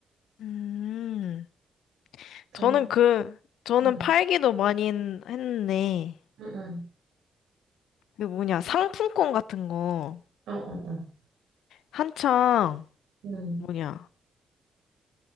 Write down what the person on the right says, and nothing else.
근,
응,
응,
응, 어, 어, 어,
응,